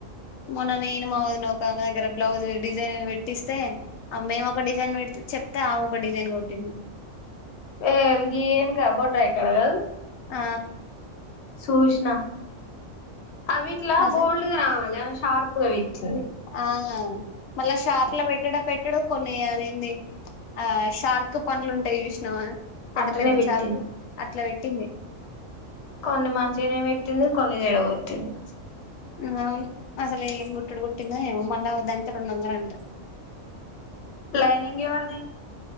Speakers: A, on the left (about 85°); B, on the left (about 60°).
A: మనన్నని ఏను మామోదు నౌక మ ద్గర బ్లౌజ్ డిజైన్ పెట్ పట్టిస్తే మేము ఒక డిజైన్ పెట్ చెప్తా ఒక డిజైన్ కొట్టింది
B: ఎ అల్గి ఏన్ కాబోడ్రయ కడగల్
A: ఆ
B: సూచనా అవిట్లా
A: అసలు
B: బోల్డ్గా రావాలి అవి షార్ప్ ఎగా విచ్చింది
A: ఆ మళ్ళా షార్క్ల పెట్టడా పెట్టడు కొన్ని అదిన్ని ఆ షార్క్ పండ్లు ఉంటాయి చూసినావా పెద్ద
B: అట్టనే
A: పెద్ద
B: పెట్టింది
A: చాప అట్లా పెట్ టిన్ని
B: కొన్ని మంచిగానే పెట్టింది కొన్ని చెడగొట్టింది
A: నోయి అసలు ఏం కుట్టుడు కుట్టింద ఏమో మళ్ళా అదంట రెండొందలంట
B: లైనింగ్ ఎవరిది